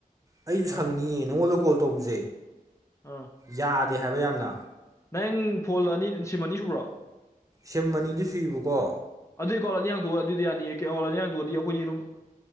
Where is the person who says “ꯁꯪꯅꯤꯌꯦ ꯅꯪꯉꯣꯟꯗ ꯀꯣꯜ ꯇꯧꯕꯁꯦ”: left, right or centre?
Right